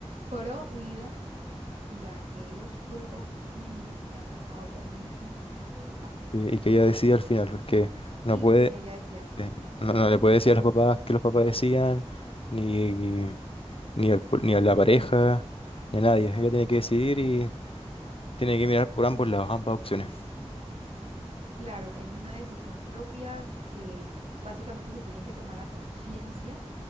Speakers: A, on the right; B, on the left.
A: pro vida y a aquellos grupos femeninos que han pasado por lo mismo y han abortado.
B: Sí, y que ella decida al final, porque no
A: Y
B: puede,
A: que ella decía así.
B: eh, no, no le puede decir a los papás que los papás decían, ni, ni, al pu- ni a la pareja, ni a nadie. Ella tiene que decidir y tiene que mirar por ambos lados, ambas opciones.
A: Claro, es una decisión propia que básicamente se tiene que tomar a conciencia